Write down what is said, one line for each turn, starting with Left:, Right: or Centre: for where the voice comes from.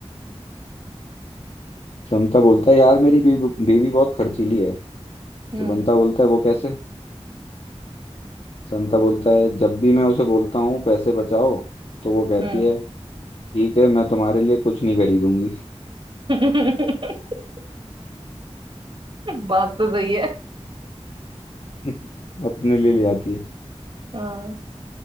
Left: संता बोलता है यार मेरी बीवी बीवी बहुत खर्चीली है
Right: हम्म
Left: तो बंता बोलता है वो कैसे संता बोलता है जब भी मैं उसे बोलता हूँ पैसे बचाओ तो वो कहती
Right: हम्म
Left: है ठीक है मैं तुम्हारे लिए कुछ नहीं खरीदूंगी
Right: <laughs> बात तो सही है
Left: <laughs> अपने लिए ले आती है
Right: हाँ